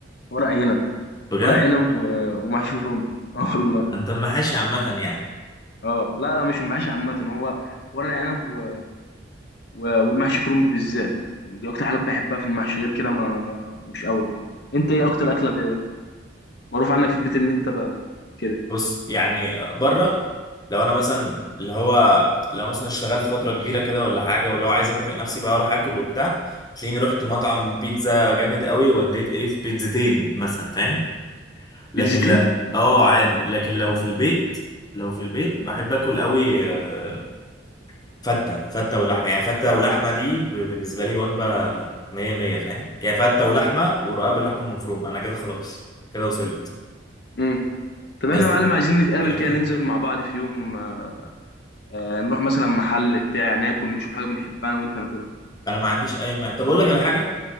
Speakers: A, on the left (about 60°); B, on the left (about 20°).
A: ورق عنب
B: بجد
A: ورق عنب و... ومحشي كروم <laughs> اه والله
B: انت محاشي عامه يعني
A: اه لا لا مش المحشي عامه هو ورق عنب و... و... والمحشي كرومب بالذات يعني دي اكتر حاجات بحبها في المحشي غير كده ما مش قوي يعني انت ايه اكتر اكله ب... معروف عنك في البيت ان انت ب... كده
B: بص يعني بره لو انا مثلا اللي هو لو مثلا اشتغلت فتره كبيره كده ولا حاجه واللي هو عايز اكافئ نفسي بقى اروح اكل وبتاع تلاقيني رحت مطعم بيتزا جامد قوي وديت ايه في بيتزتين مثلا فاهم لكن
A: بيتزيتين
B: لا اه عادي لكن لو في البيت لو في البيت بحب اكل قوي آه، فته فته ولحمه يعني فته ولحمه دي ب- بالنسبه لي وجبه مية مية فاهم يعني فته ولحمه ورقاب اللحمه المفرومه انا كده خلاص كده وصلت
A: امم طب
B: بس
A: احنا يا
B: دي
A: معلم عايزين نتقابل
B: دي اكتر
A: كده ننزل مع بعض في يوم آه، آه نروح مثلا محل بتاع ناكل نشوف حاجه بنحبها انا وانت ناكلها
B: انا ما عنديش اي ما طب اقول لك على حاجه